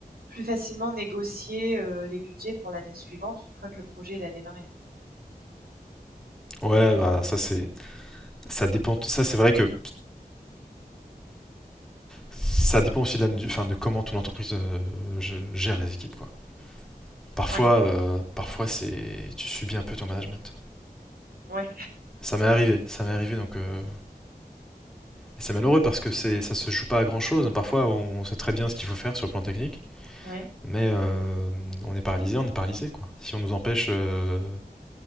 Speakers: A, on the right (about 80°); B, in the centre.
A: plus facilement négocier, heu, les budgets pour l'année suivante une fois que le projet il a démarré.
B: Ouais, bah, ça, c'est. Ça dépend. Ça, c'est vrai que ça dépend aussi de, la- du- enfin, de comment ton entreprise euh, gère les équipes, quoi. Parfois,
A: Ouais,
B: euh, parfois c'est, tu subis un peu ton management.
A: ouais,
B: Ça m'est arrivé, ça m'est arrivé, donc euh, c'est malheureux parce que c'est, ça se joue pas à grand chose. Parfois, on sait très bien ce qu'il faut faire sur le plan technique,
A: ouais,
B: mais euh, on est paralysé, on est paralysé, quoi. Si on nous empêche euh,